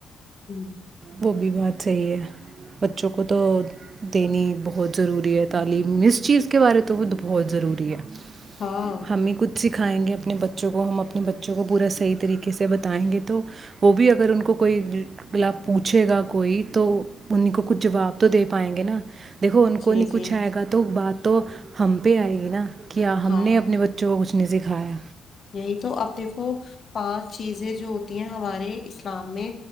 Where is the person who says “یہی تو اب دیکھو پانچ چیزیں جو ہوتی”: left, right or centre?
Left